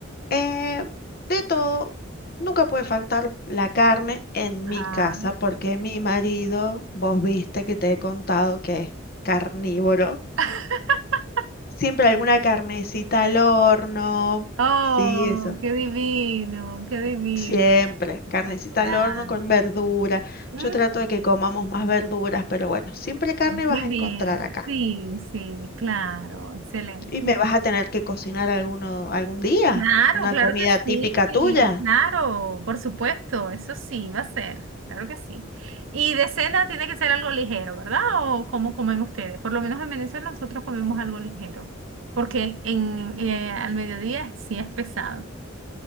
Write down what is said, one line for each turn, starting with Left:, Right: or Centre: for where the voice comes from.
Left: eh, de todo, nunca puede faltar la carne en
Right: Ajá.
Left: mi casa, porque mi marido, vos viste que te he contado que es carnívoro.
Right: <laughs>
Left: Siempre alguna carnecita al horno.
Right: Oh,
Left: Sí, eso.
Right: qué divino, qué divino.
Left: Siempre.
Right: Espectacular.
Left: Carnecita al horno con verdura.
Right: Mm,
Left: Yo trato de que comamos más verduras, pero bueno, siempre carne vas
Right: Muy
Left: a
Right: bien,
Left: encontrar acá.
Right: sí, sí, claro, excelente.
Left: Y me vas a tener que cocinar alguno, algún día,
Right: Claro,
Left: una
Right: claro
Left: comida
Right: que
Left: típica
Right: sí,
Left: tuya.
Right: claro, por supuesto, eso sí, va a ser, claro que sí. Y de cena tiene que ser algo ligero, ¿verdad? ¿O cómo comen ustedes? Por lo menos en Venezuela nosotros comemos algo ligero, porque en, eh, al mediodía sí es pesado.